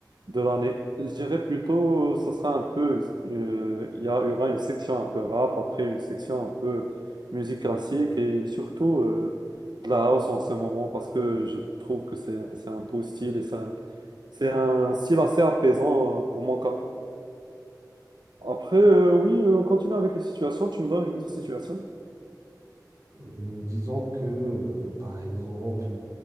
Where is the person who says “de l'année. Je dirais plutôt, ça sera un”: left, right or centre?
Right